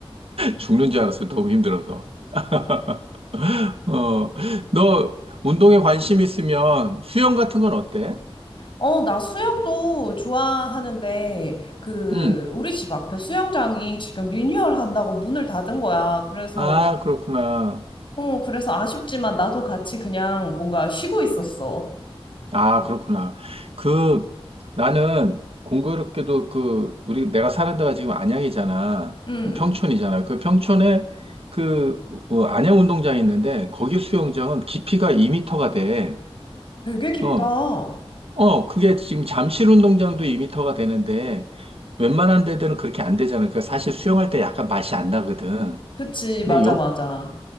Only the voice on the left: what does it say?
어, 나 수영도 좋아하는데, 그,
우리 집 앞에 수영장이 지금 리뉴얼 한다고 문을 닫은 거야. 그래서,
어, 그래서 아쉽지만 나도 같이 그냥 뭔가 쉬고 있었어.
음,
되게 깊다.
그치,
맞아,
맞아.